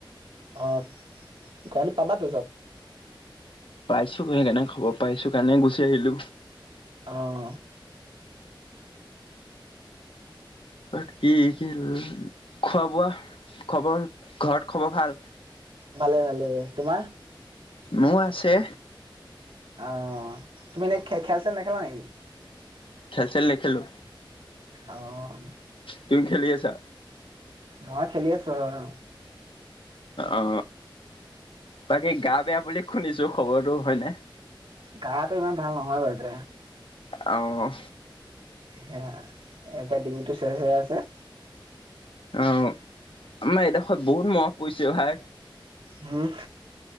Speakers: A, on the right (about 80°); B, on the left (about 80°).
A: অঁ গুৱাহাটীত পাবা তো চব
B: পাইছো সেইকাৰণ খবৰ পাইছো কাৰণে গুচি আহিলো।
A: অঁ
B: ত কি কি খোৱা বোৱা খবৰ ঘৰত খবৰ ভাল
A: ভালে ভালে তোমাৰ
B: মোৰ আছে
A: অ তুমি এনে খে খেল-চেল নেখেলা নেকি?
B: খেল খেল নেখেলো।
A: অঁ
B: তুমি খেলি আছা?
A: মই খেলি আছো, হয় অঁ।
B: অ বাকী গা বেয়া বুলি শুনিছো খবৰটো হয়নে?
A: গাটো ইমান ভাল নহয় বাৰু দে।
B: অঁহ
A: হেয়া এটা ডিঙিটো চেৰ চেৰাই আছে
B: অঁ আমাৰ এডোখৰত বহুত মহ পৰিছেও ভাই
A: হম